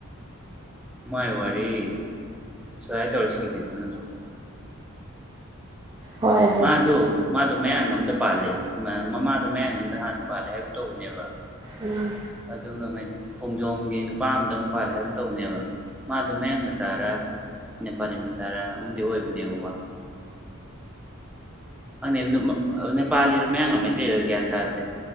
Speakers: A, in the centre; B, on the right.
A: ꯃꯥꯏ ꯋꯥꯔꯤ ꯁꯨꯃꯥꯏ ꯇꯧꯔ ꯁꯤꯒꯤꯗꯣꯏ ꯅꯠꯇ꯭ꯔꯣ
B: ꯋꯥꯔꯤꯗꯣ ꯍꯣꯏ ꯑꯗꯨ
A: ꯃꯥꯗꯣ ꯃꯥꯗꯣ ꯃꯌꯥꯡ ꯑꯝꯗ ꯄꯥꯜꯂꯦ ꯃꯃꯥꯗꯣ ꯃꯌꯥꯡ ꯑꯃꯝꯗ ꯍꯥꯟꯅ ꯄꯥꯜꯂꯦ ꯍꯥꯏꯒꯨꯝ ꯇꯧꯕꯅꯦꯕ
B: ꯎꯝ
A: ꯑꯗꯨꯒ ꯃꯩ ꯈꯣꯡꯖꯣꯝꯒꯤ ꯅꯨꯄꯥ ꯑꯝꯗ ꯑꯃꯨꯛ ꯄꯥꯜꯂꯦ ꯍꯥꯏꯒꯨꯝ ꯇꯧꯕꯅꯦꯕ ꯃꯥꯗꯣ ꯃꯌꯥꯡ ꯃꯆꯥꯔꯥ ꯅꯦꯄꯥꯂꯤ ꯃꯆꯥꯔ ꯑꯃꯗꯤ ꯑꯣꯏꯕꯅꯦꯕꯀꯣ ꯈꯟꯗꯦ ꯅꯦꯄꯥꯂꯤꯔ ꯃꯌꯥꯡꯂ ꯃꯩꯇꯩꯔ ꯒ꯭ꯌꯥꯟ ꯇꯥꯗ꯭ꯔꯦ